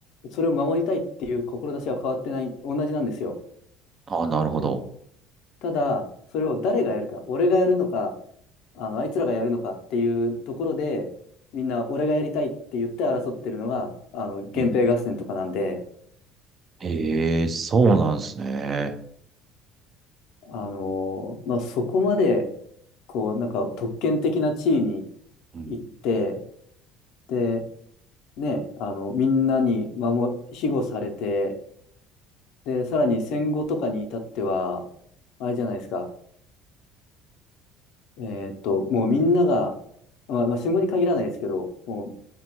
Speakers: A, on the left; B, on the right.
A: それを守りたいっていう志は変わってない、同じなんですよ。
B: あ、なるほど。
A: ただ、それを誰がやるか、俺がやるのか、あの、あいつらがやるのかっていうところで、みんな俺がやりたいって言って争ってるのが、あの、
B: うん。
A: 源平合戦とかなんで、
B: へえ、そうなんですね。
A: あのーまあ、そこまで、こう、なんか特権的な地位に
B: うん。
A: 行って、で、ね、あの、みんなに守、庇護されて、で、さらに戦後とかに至っては、あれじゃないですか、えーっと、もうみんなが、まあ、まあ戦後に限らないですけど、もう